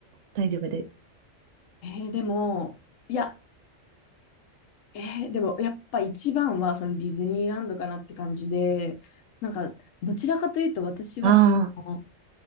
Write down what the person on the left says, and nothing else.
えー、でも、いや、えー、でもやっぱ一番はそのディズニーランドかなって感じで、なんかどちらかというと私はその、